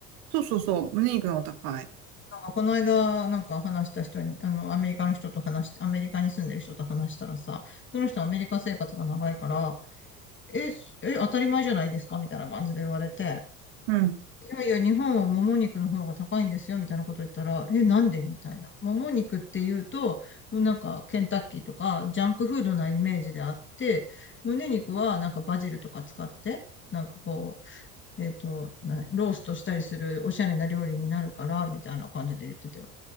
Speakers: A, on the right; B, on the left.
A: そうそうそう、胸肉の方が高い。
B: なんかこの間、なんか話した人に、あの、アメリカの人と話し、アメリカに住んでる人と話したらさ、その人はアメリカ生活が長いから、え、え、当たり前じゃないですかみたいな感じで言われて、
A: うん。
B: いやいや、日本はもも肉の方が高いんですよ、みたいなこと言ったら、え、なんでみたいな。もも肉って言うと、もうなんか、ケンタッキーとか、ジャンクフードなイメージであって、胸肉はなんかバジルとか使って、なんかこえっと、なローストしたりするおしゃれな料理になるから、みたいな感じで言ってたよ。